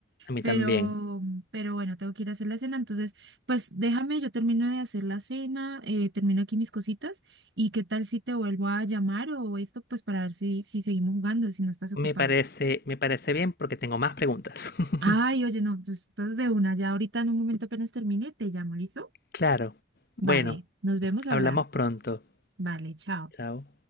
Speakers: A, on the left; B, on the right.
A: A mí
B: pero,
A: también.
B: pero bueno, tengo que ir a hacer la cena. Entonces, pues déjame, yo termino de hacer la cena, eh, termino aquí mis cositas. ¿Y qué tal si te vuelvo a llamar o esto, pues para ver si, si seguimos jugando, si no estás ocupado?
A: Me parece, me parece bien porque tengo más preguntas. <laughs>
B: Ay, oye, no, pues entonces de una, ya ahorita en un momento apenas termine, te llamo, ¿listo?
A: Claro. Bueno,
B: Vale, nos vemos ahora.
A: hablamos pronto.
B: Vale, chao.
A: Chao.